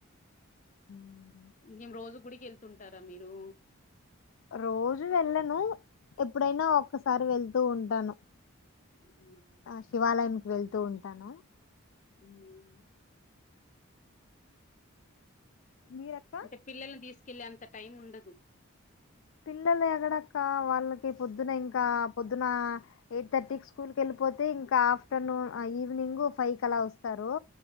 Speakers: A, on the left; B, on the left.
A: ఉమ్
B: ఇంకేం రోజు గుడికి ఎళ్తుంటారా మీరూ?
A: రోజు వెళ్ళను ఎప్పుడైనా ఒక్కసారి వెళ్తూ ఉంటాను.
B: అవునా
A: ఆ శివాలయంకి వెళ్తూ ఉంటాను.
B: మ్ హ్
A: మీరక్క
B: అంటే పిల్లల్ని తీస్కెళ్లే అంత టైం ఉండదు.
A: పిల్లల్ ఎగడక్క వాళ్ళకి పొద్దున ఇంకా పొద్ నా ఎయిట్ థర్టీక్ స్కూల్ కెళ్ళిపోతే ఇంకా ఆఫ్టర్నూన్ ఆ ఈవినింగ్ ఫైవ్ కలా వస్తారు.